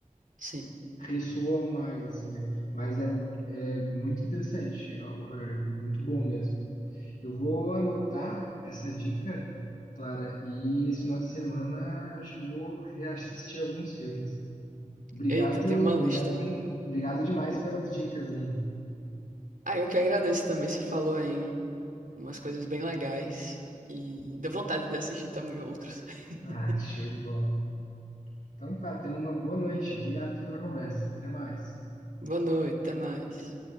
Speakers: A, on the right; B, on the left.
A: Sim.
B: Ressoa mais assim, né? Mas é, é muito interessante ó, o Her, muito bom mesmo. Eu vou anotar essa dica, Clara, e esse final de semana acho que eu vou reassistir alguns filmes. Obrigado,
A: Eita, tem
B: obrigado,
A: uma lista aí.
B: obrigado demais pelas dicas aí.
A: Ah, eu que agradeço também. Você falou aí umas coisas bem legais e deu vontade de assistir também outros. <laughs>
B: Ah, show de bola. Então tá, tenha uma boa noite. Obrigado pela conversa. Até mais.
A: Boa noite, até mais.